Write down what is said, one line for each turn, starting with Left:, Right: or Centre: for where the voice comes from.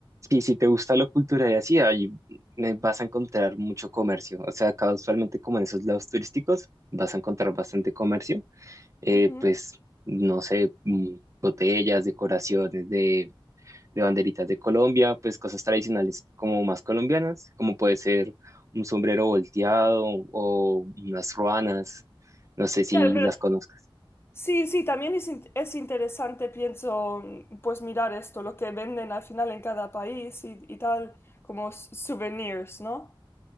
Right: Sí, si te gusta la cultura y así, ahí eh, vas a encontrar mucho comercio. O sea, casualmente como en esos lados turísticos, vas a encontrar bastante comercio. Eh,
Left: Ujú.
Right: pues, no sé, mm, botellas, decoraciones de, de banderitas de Colombia, pues cosas tradicionales como más colombianas, como puede ser un sombrero volteado o unas ruanas. No sé si
Left: Claro, pero
Right: las conozcas.
Left: sí, sí, también es, in- es interesante, pienso, mm, pues mirar esto, lo que venden al final en cada país y, y tal, como s- souvenirs, ¿no?